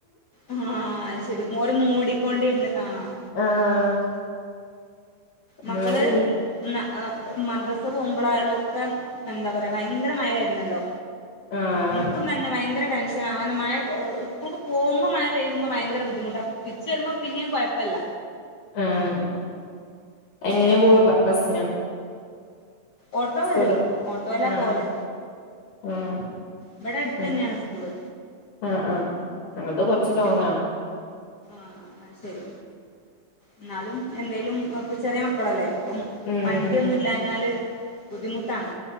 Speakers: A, on the left; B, on the left.
A: ആഹ് അയ് ശെരി മോര് മൂടിക്കൊണ്ടിര്ന്ന് ആഹ്.
B: ആഹ്. ഒരുമാതിരി
A: മക്കള്
B: ഇർ
A: ന്ന അഹ് മദ്രസ് പോവുമ്പളായാലും ഒക്കെ എന്താ പറയാ ഭയങ്കര മഴായിരുന്നല്ലോ.
B: ആഹ്
A: അമ്മുക്കും തന്നെ ഭയങ്കര ടെൻഷ് ഷനാ ഒന്ന് മഴ എഹ് സ്കൂക്ക് പോവുമ്പോ മഴ പെയ്യുമ്പോ ഭയങ്കര ബുദ്ധിമുട്ട തിരിച്ച വെര്മ്പോ പിന്നെം കൊഴപ്പല്ല.
B: ആഹ് എങ്ങനെ പോവാ ബ ബസ്സിനോ?
A: ഓട്ടോ
B: സ്കൂൾ
A: വരും
B: ബ
A: ഓട്ടോലാ
B: ആഹ്
A: പോവല്.
B: ആഹ്
A: ഇവട ട്തെന്നെണ്
B: അങ്ങനെ
A: സ്കൂള്.
B: ആഹ് ആഹ് ഞങ്ങൾത് കൊർച്ച്
A: പക്ഷെ
B: ലോങ്ങ.
A: ആഹ് അത് ശരി എന്നാലും എന്തേലും ഇപ്പ ചെറിയ മക്കളല്ലേ അപ്പം
B: ഉം
A: വണ്ടിയൊന്നും ഇല്ലാഞ്ഞാല് ബുദ്ധിമുട്ടാണ്